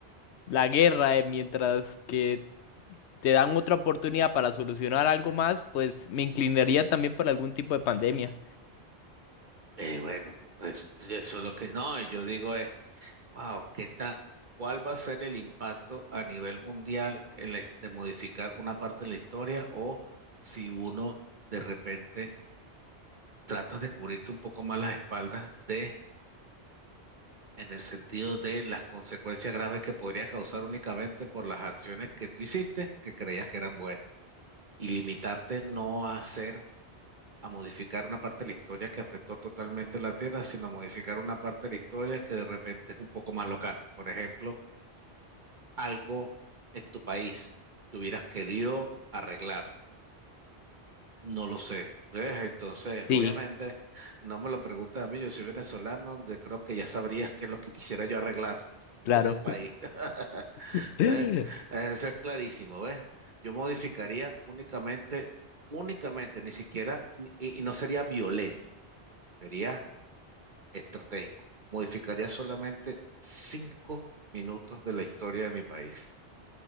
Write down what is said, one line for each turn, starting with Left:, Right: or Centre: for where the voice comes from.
Left: la guerra eh, mientras que te dan otra oportunidad para solucionar algo más, pues me inclinaría también por algún tipo de pandemia.
Right: Eh, bueno, es- eso es lo que, no, y yo digo es Wow, ¿qué tal? ¿Cuál va a ser el impacto a nivel mundial el es- de modificar una parte de la historia o si uno de repente tratas de cubrirte un poco más las espaldas de, en el sentido de las consecuencias graves que podría causar únicamente por las acciones que tú hiciste que creías que eran buenas y limitarte no a hacer, a modificar una parte de la historia que afectó totalmente la Tierra, sino modificar una parte de la historia que de repente es un poco más local? Por ejemplo algo en tu país que hubieras querido arreglar? No lo sé. ¿ves? Entonces,
Left: Sí,
Right: obviamente, no me lo preguntes a mí, yo soy venezolano, de- creo que ya sabrías qué es lo que quisiera yo arreglar <laughs>
Left: claro.
Right: en el país. <laughs>
Left: <laughs>
Right: ¿Ves? Eso es clarísimo, ¿ves? Yo modificaría únicamente, únicamente, ni siquiera, ni- y, y no sería violento, sería estratégico. Modificaría solamente cinco minutos de la historia de mi país.